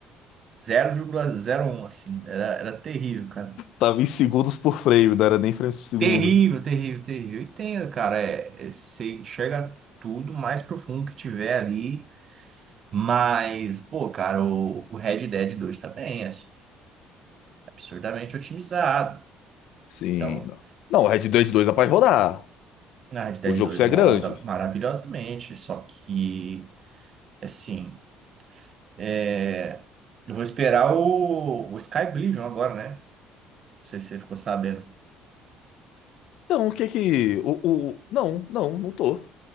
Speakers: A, on the right (about 50°); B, on the left (about 70°).
A: zero zero vírgula zero um, assim. Era, era terrível, cara.
B: Tava em segundos por frame, não era nem frames por segundo.
A: Terrível, terrível, terrível. Entendo, cara. É, é, você enxerga tudo mais profundo que tiver ali. Mas, pô, cara, o, o Red Dead 2 tá bem, assim, absurdamente otimizado.
B: Sim,
A: Então.
B: não. Não, Red Dead 2 dá pra rodar.
A: Na Red Dead
B: O jogo
A: 2
B: só
A: roda
B: é grande.
A: maravilhosamente, só que, assim, é, eu vou esperar o, o Sky Oblivion agora, né? Não sei se você ficou sabendo.
B: Então, o que que. O, o... Não, não, não tô.